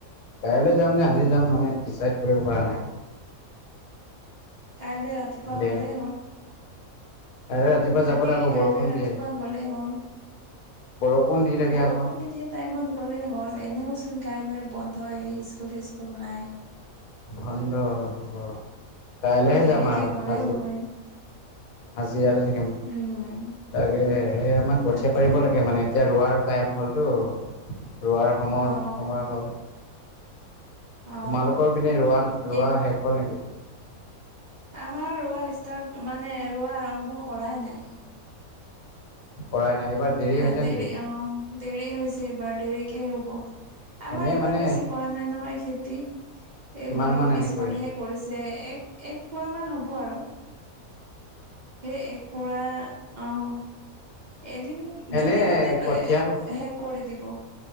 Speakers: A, on the left; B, on the right.
A: কাইলৈ যাম নে আজি যাম মানে ডিচাইড কৰিব পৰা নাই।
B: কাইলৈ ৰাতিপুৱা
A: দেই
B: গ'লেই হ'ল।
A: <unintelligible>
B: তাকে
A: আকৌ
B: কাইলে
A: বৰষুণ
B: ৰাতিপুৱা
A: দিয়ে
B: গলেই হ'ল,
A: বৰষুণ দি থাকে
B: বৰষুণ
A: আকৌ
B: নিদিয়ে টাইমত গ'লেই হ'ল এনেওচোন কাইলে বন্ধই স্কুল চিস্কুল নাই।
A: বন্ধ হ'ব, কাইলেহে
B: দেৰিকে
A: যাম আৰু
B: গ'লেও
A: আজি
B: হয়
A: আজি ইয়াতে থাকিম।
B: উম
A: তাকেহে, এ আমাৰ কঠিয়া
B: তাকে
A: পাৰিব লাগে মানে এতিয়া ৰোৱাৰ টাইম হ'লতো, ৰোৱাৰ সময়
B: অ
A: সময় হ'ল।
B: অ
A: তোমালোকৰ পিনে ৰোৱা
B: কি
A: ৰোৱা শেষ হ'ল নেকি?
B: আমাৰ ৰোৱা ষ্টাৰ্ট মানে ৰোৱা আৰম্ভ কৰাই নাই।
A: কৰাই নাই এইবাৰ
B: এ
A: হৈছে
B: দেৰি
A: নেকি
B: অঁ দেৰি হৈছে এইবাৰ দেৰিকে ৰুব। আমাৰ
A: এনেই
B: এইবাৰ
A: মানে
B: বেছি কৰা নাই নহয় খেতি,
A: কিমান
B: এই ঘৰৰ
A: মান এনে
B: পিছফালেহে
A: কৰিছে
B: কৰিছে, এক এক পুৰা মান হ'ব আৰু। সেই এক পুৰা, অঁ। এদিন
A: এনে
B: দুদিনতে
A: কঠিয়া
B: এ শেষ কৰি দিব।